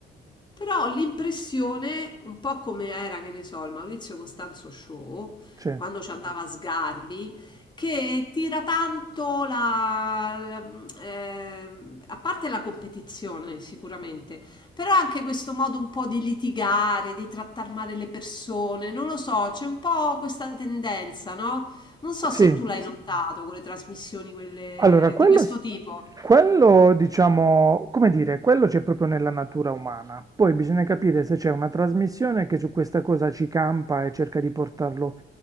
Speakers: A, on the left; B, on the right.
A: Però l'impressione, un po' come era, che ne so, il Maurizio Costanzo Show,
B: Sì.
A: quando ci andava a Sgarbi, che tira tanto la, la- ehm, a parte la competizione sicuramente, però anche questo modo un po' di litigare, di trattare male le persone, non lo so, c'è un po' questa tendenza, no? Non so
B: Sì,
A: se tu l'hai notato con le trasmissioni quelle
B: Allora, quello,
A: di questo
B: s-
A: tipo.
B: quello, diciamo, come dire, quello c'è proprio nella natura umana. Poi bisogna capire se c'è una trasmissione che su questa cosa ci campa e cerca di portarlo